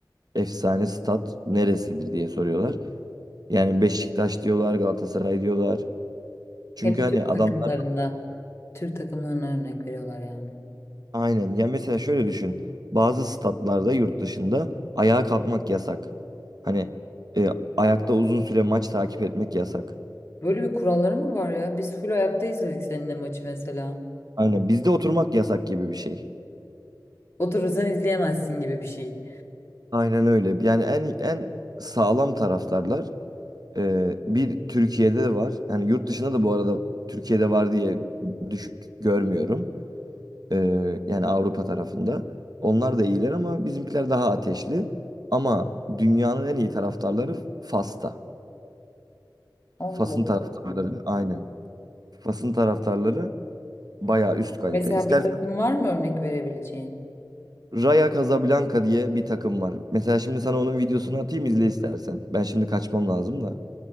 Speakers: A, on the right; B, on the left.
A: efsane stat neresidir diye soruyorlar. Yani Beşiktaş diyorlar, Galatasaray diyorlar. Çünkü
B: Hep
A: hani
B: Türk
A: adamlar
B: takımlarında, Türk takımlarına örnek veriyorlar yani.
A: aynen. Ya mesela şöyle düşün. Bazı statlarda yurt dışında ayağa kalkmak yasak. Hani e, ayakta uzun süre maç takip etmek yasak.
B: Böyle bir kuralları mı var ya? Biz full ayakta izledik seninle maçı mesela.
A: Aynen bizde oturmak yasak gibi bir şey.
B: Oturursan izleyemezsin gibi bir şey.
A: Aynen öyle. Yani en en sağlam taraftarlar e, bir Türkiye'de de var. Yani yurt dışında da bu arada Türkiye'de var diye düşük görmüyorum. Ee, yani Avrupa tarafında. Onlar da iyiler ama bizimkiler daha ateşli. Ama dünyanın en iyi taraftarları Fas'ta.
B: Allah
A: Fas'ın taraftarları
B: Allah.
A: aynen. Fas'ın taraftarları bayağı üst kalite.
B: Mesela
A: İstersen
B: bir takım var mı örnek verebileceğin?
A: Raja Casablanca diye bir takım var. Mesela şimdi sana onun videosunu atayım izle istersen. Ben şimdi kaçmam lazım da.